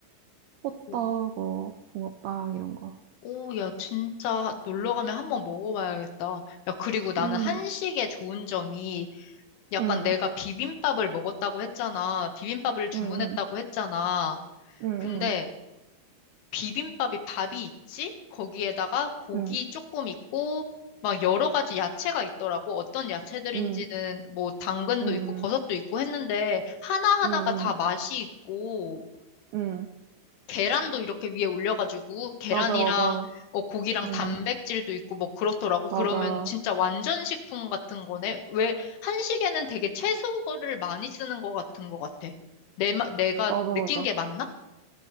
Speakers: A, on the right; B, on the left.
A: 호떡,
B: 오.
A: 뭐, 붕어빵, 이런 거.
B: 오, 야, 진짜 놀러 가면 한번 먹어봐야겠다. 야, 그리고 나는
A: 음,
B: 한식의 좋은 점이 약간
A: 응,
B: 내가 비빔밥을 먹었다고 했잖아. 비빔밥을 주문했다고
A: 응, 응,
B: 했잖아.
A: 응,
B: 근데
A: 응,
B: 비빔밥이 밥이 있지? 거기에다가 고기
A: 응,
B: 조금 있고, 막 여러 가지 야채가 있더라고. 어떤 야채들인지는
A: 응,
B: 뭐 당근도
A: 응,
B: 있고 버섯도 있고 했는데 하나하나가
A: 응, 응,
B: 다 맛이 있고,
A: 응.
B: 계란도 이렇게 위에 올려가지고 계란이랑
A: 맞아, 맞아.
B: 어, 고기랑
A: 응,
B: 단백질도 있고 뭐 그렇더라고. 그러면
A: 맞아,
B: 진짜 완전 식품 같은 거네. 왜 한식에는 되게 채소를 많이 쓰는 것 같은 것 같아. 내, 마- 내가
A: 맞아,
B: 느낀
A: 맞아.
B: 게 맞나?